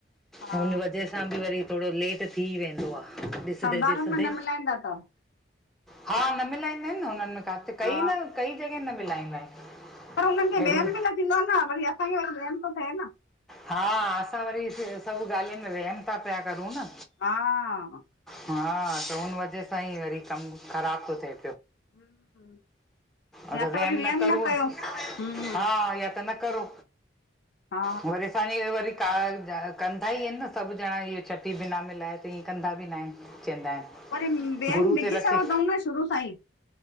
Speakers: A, on the left; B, in the centre.
A: हा
B: हुन वजह सां बि वरी थोरो लेट थी वेंदो आहे डिसदे
A: साधारण
B: ॾिसंदे
A: में न मिलाईंदा त
B: हा न मिलाईंदा आहिनि न हुननि में काथे
A: हा
B: कई न कई जॻह न मिलाईंदा आहिनि
A: पर हुननि खे
B: अहिड़ी
A: वेम बि न थींदो न वरी असांखे वरी वैम थो थिए न
B: हा असां वरी सॿ ॻाल्हियुनि में वरी वहम था पिया करयूं न
A: हा
B: हा त हुन वजह सां ई वरी कमु ख़राब थो थिए
A: हम्म,
B: अगर
A: या त
B: वहम
A: वरी
B: न करूं
A: कयो हम्म
B: हा या त न करो
A: हा
B: वरी असांजी वरी त कार्ज आ कंदा ई आहिनि न सभु ॼणा इहे छटी बिना मिलाए त ईअं कंदा बि न आहिनि चवंदा आहिनि
A: वरी वेियम
B: गुरू
A: विझी
B: ते रखी
A: सघंदऊ न शुरू साईं